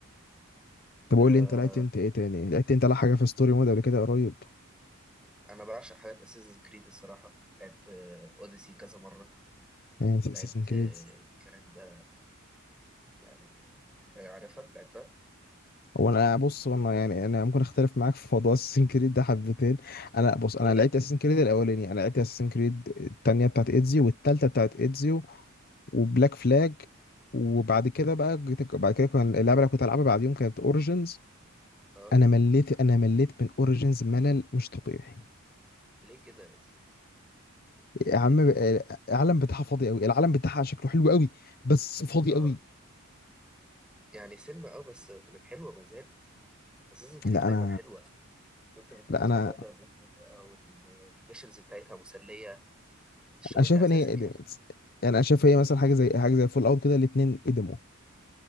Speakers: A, on the left (about 45°); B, in the centre.
A: طب قول
B: آه،
A: لي انت لعبت انت ايه تاني لعبت انت لا حاجه في ستوري مود قبل كده قريب
B: انا بعشق حاجات اساسن كريد الصراحه لعبت اوديسي كذا مره
A: يعني؟ اساسن
B: لعبت
A: كريدز
B: آه، الكلام ده يعني فعارفها لعبتها
A: هو انا بص هو انا يعني انا ممكن اختلف معاك في موضوع <laughs> اساسن كريد ده حبتين انا بص
B: ليه
A: انا لعبت اساسن كريد الاولاني انا لعبت اساسن كريد التانية بتاعت ايدزيو والتالتة بتاعت ايدزيو وبلاك فلاج وبعد كده بقى جيت- بعد كده كان اللعبه اللي كنت العبها بعد يوم كانت اوريجينز
B: اه
A: انا مليت انا مليت من اوريجينز ملل مش طبيعي
B: ليه كده يس
A: يا عم
B: ليه كده
A: آه، العالم بتاعها فاضي قوي العالم بتاعها شكله حلو قوي بس فاضي
B: اه
A: قوي
B: يعني سنة اه بس كانت حلوه ما زالت اساسن كريد
A: لا
B: دايما
A: انا
B: حلوه وانت بتنط
A: لا انا
B: من مبنى لمبنى بقى وال- والميشنز بتاعتها مسليه تشتغل
A: انا شايف
B: كاساسن
A: ان هي قدمت
B: يعني
A: يعني انا شايف هي مثلا حاجه زي حاجه زي فول اوت كده الاثنين قدموا